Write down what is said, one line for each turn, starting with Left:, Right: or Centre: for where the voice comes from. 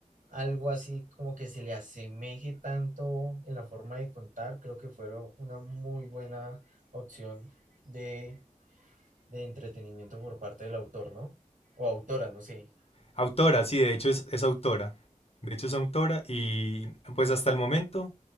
Right: algo así como que se le asemeje tanto en la forma de contar. Creo que fueron una muy buena opción de, de entretenimiento por parte del autor, ¿no? O autora, no sé.
Left: Autora, sí, de hecho es, es autora. De hecho es autora y pues hasta el momento